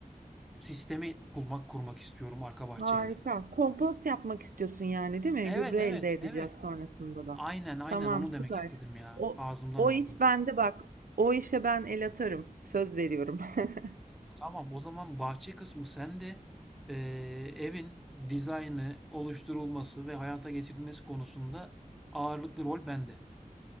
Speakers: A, in the centre; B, on the right (about 80°).
A: sistemi kurmak kurmak istiyorum arka bahçeye
B: Harika.
A: de.
B: Kompost yapmak istiyorsun yani değil mi?
A: Evet
B: Gübre
A: evet
B: elde edeceğiz
A: evet.
B: sonrasında da.
A: Aynen aynen
B: Tamam,
A: onu
B: süper.
A: demek istedim ya.
B: O
A: Ağzımdan
B: o
A: aldın.
B: iş bende bak. O işe ben el atarım. Söz veriyorum. <laughs>
A: Tamam o zaman bahçe kısmı sende. Ee, evin dizaynı, oluşturulması ve hayata geçirilmesi konusunda ağırlıklı rol bende.